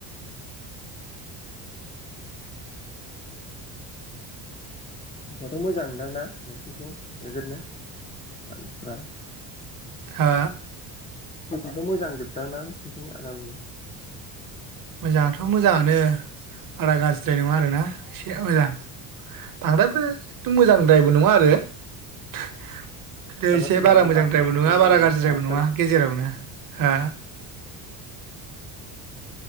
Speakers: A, on the left (about 15°); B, on the right (about 45°).
A: <inaudible> दाथ' मोजांदांना नों <unintelligible> मानसिफ्रा
B: हा
A: स्कुलफ्राथ मोजां जोबदांना नोंसोरथिं आरामनो
B: मोजाङाथ मोजाङानो बारा गाज्रिद्राय नङा आरोना एसे मोजां बांद्रायबो एथ मोजांद्रायबो नङा आरो ह'थथे
A: सोरनाबा
B: एसे
A: सोरनाबा
B: बारा मोजांद्रायबो
A: मास्टारनि
B: नङा
A: प्रब्लेम
B: बारा
A: जायोना
B: गाज्रिद्रायबो
A: मास्टार
B: नङा गेजेरावनो हा